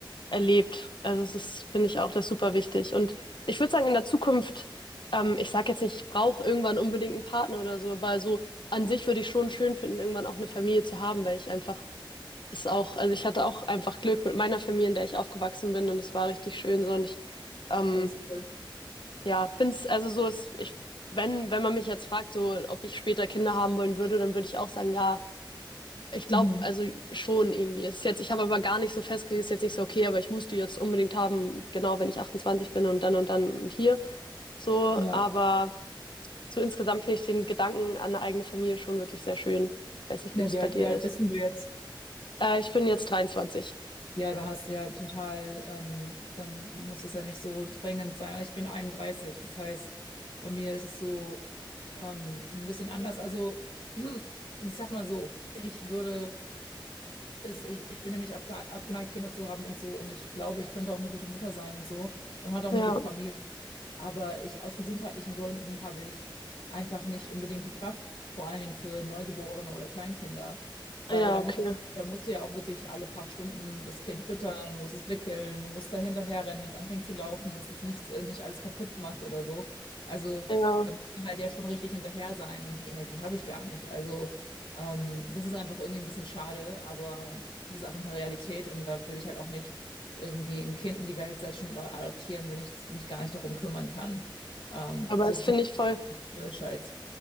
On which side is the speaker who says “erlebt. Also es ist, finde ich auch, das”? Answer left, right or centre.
Left